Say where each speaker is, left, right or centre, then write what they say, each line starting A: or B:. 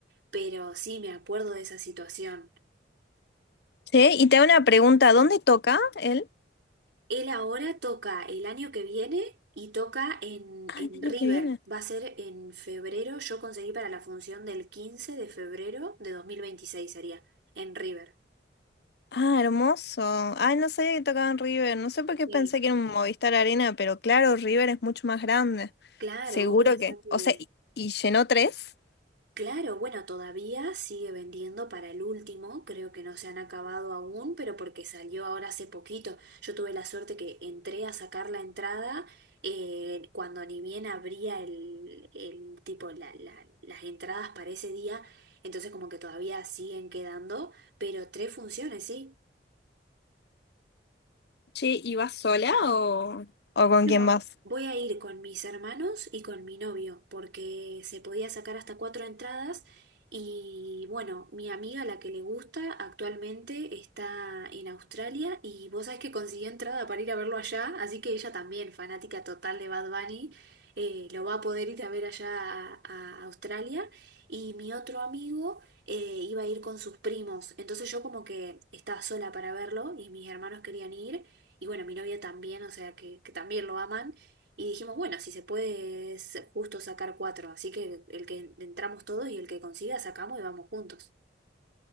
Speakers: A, on the right; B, on the left.
A: pero sí, me acuerdo de esa situación.
B: Sí, y te hago una pregunta, ¿dónde toca él?
A: Él ahora toca el año que viene y toca en,
B: Ah,
A: en
B: el año
A: River.
B: que viene.
A: Va a ser en febrero. Yo conseguí para la función del 15 de febrero de 2026 sería, en River.
B: Ah, hermoso. Ay, no sabía que tocaba en River, no sé por qué
A: Sí.
B: pensé que era un Movistar Arena, pero claro, River es mucho más grande.
A: Claro,
B: Seguro
A: vos pensás
B: que.
A: que
B: O sea, ¿y, y llenó tres?
A: Claro, bueno, todavía sigue vendiendo para el último, creo que no se han acabado aún, pero porque salió ahora hace poquito. Yo tuve la suerte que entré a sacar la entrada eh, cuando ni bien abría el, el tipo la- la- las entradas para ese día, entonces como que todavía siguen quedando, pero tres funciones, ¿sí?
B: Che, ¿y vas sola o...? ¿O con
A: No,
B: quién vas?
A: voy a ir con mis hermanos y con mi novio, porque se podía sacar hasta cuatro entradas y bueno, mi amiga, la que le gusta, actualmente está en Australia y vos sabés que consiguió entrada para ir a verlo allá, así que ella también, fanática total de Bad Bunny, eh, lo va a poder ir a ver allá a, a Australia. Y mi otro amigo eh, iba a ir con sus primos, entonces yo como que estaba sola para verlo y mis hermanos querían ir. Y bueno, mi novia también, o sea que, que también lo aman. Y dijimos, bueno, si se puede es justo sacar cuatro. Así que el que entramos todos y el que consiga sacamos y vamos juntos.